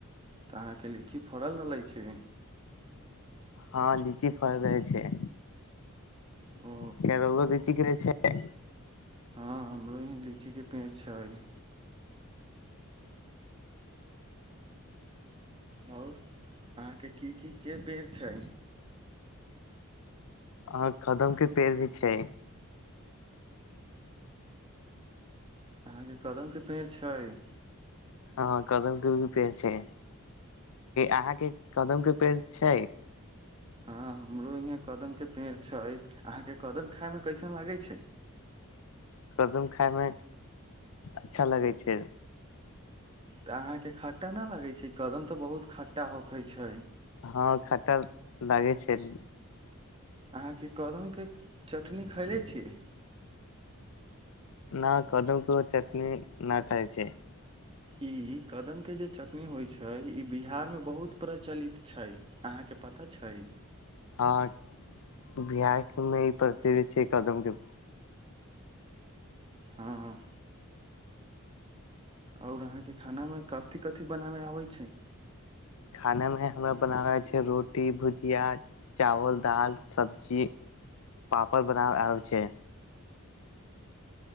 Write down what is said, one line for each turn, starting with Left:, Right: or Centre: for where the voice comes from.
Right: तऽ अहाँकेँ लीची फड़ल रहलै छै
Left: हँ, लीची फल रह छै।
Right: हू।
Left: क्या रउआ लीची के पेड़ छै
Right: हँ, हमरो यहाँ लीचीके पेड़ छै। आओर अहाँकेँ कि कि के पेड़ छै
Left: आह कदम के पेड़ भी छै
Right: अहाँकेँ कदम के पेड़ छै
Left: हँ कदम क पेड़ छै अहाँकेँ कदमके पेड़ छै।
Right: हँ हमरो यहाँ कदम के पेड़ छै, अहाँकेँ कदम खाय मे कैसन लागै छै।
Left: कदम खायमे अच्छा लगै छै।
Right: तऽ अहाँकेँ खट्टा नहि लगैत छै कदम तऽ बहुत खट्टा होकैत छै।
Left: हँ, खटा लागै छै।
Right: अहाँकेँ कदमके चटनी खैले छिय।
Left: न कदम कऽ चटनी न खइ छै
Right: ई कदम के जे चटनी होइ छै, ई बिहार मे बहुत प्रचलित छै। अहाँकेँ पता छै।
Left: हँ, बिहार मे ई प्रचलद्ध छै कदम के
Right: हँ। आओर अहाँकेँ खानामे कथि कथि बनाबै अबैत छै
Left: खाना मे हमरा बनाबै छै, रोटी भुजिया। चावल दाल सब्जी पापड़ बनाब आबे छै।